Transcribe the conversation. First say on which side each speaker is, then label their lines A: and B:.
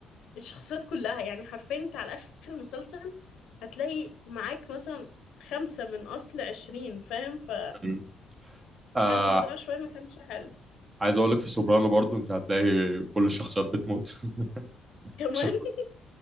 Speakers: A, on the left; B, on the right.
A: الشخصيات كلها يعني حرفيا انت على اخر المسلسل هتلاقي معاك مثلا خمسة من اصل عشرين فاهم ف...
B: مم. آه
A: فالموضوع شوية ما كانش حلو
B: عايز أقول لك في سوبرانو برضو أنت هتلاقي كل الشخصيات بتموت <laughs>
A: كمان
B: شخصيات
A: <laughs>